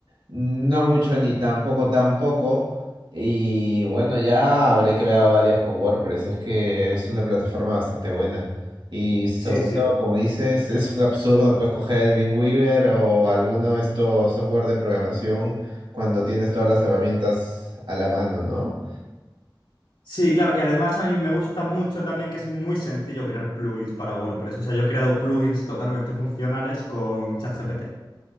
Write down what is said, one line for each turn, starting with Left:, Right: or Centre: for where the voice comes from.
Right: no mucho ni tampoco tampoco. Y bueno, ya habré creado varias con WordPress. Es que es una plataforma bastante buena. Y sobre
Left: Sí, sí.
Right: todo, como dices, es un absurdo pues coger el Weaver o alguno de estos software de programación cuando tienes todas las herramientas a la mano, ¿no?
Left: Sí, claro, y además a mí me gusta mucho también que es muy sencillo crear plugins para WordPress. O sea, yo he creado plugins totalmente funcionales con ChatGPT.